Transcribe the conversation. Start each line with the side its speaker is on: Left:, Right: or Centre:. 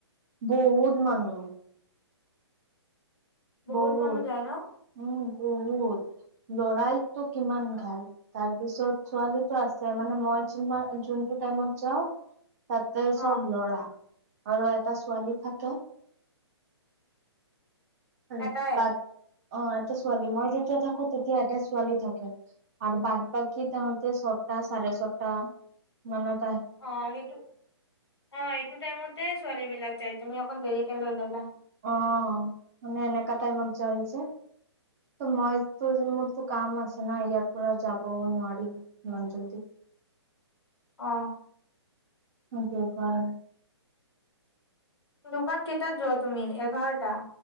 Right: বহুত মানুহ
Left: বহুত
Right: বহুত
Left: মানুহ যায় ন?
Right: উম বহুত লৰাইটো কিমান ভাল তাৰপিছত ছোৱালীতোআছে মানে মই যিমান যোনটো টাইমত যাওঁ তাতে
Left: অ
Right: সব লৰা আৰু এটা ছোৱালী থাকে আৰু
Left: এটাই।
Right: বাট অ এটা ছোৱালী মই যেতিয়া থাকো তেতিয়া এটা ছোৱালী থাকে আৰু বাদ বাকী তাহতে ছটা চাৰে ছটা মানে
Left: অ সইটো অ এইটো টাইমতে ছোৱালী বিলাক যাই। তুমি অকন দেৰিকে লৈ ল'লা
Right: অ মানে এনেকা টাইমত যায় যে ত মই মোৰতো কাম আছে ন ইয়াৰ পৰা যাবও নোৱাৰিম ইমান জল্দি।
Left: আহ
Right: অাকে কাৰ <unintelligible>
Left: দোকান কেইটাত যোৱা তুমি এঘাৰটা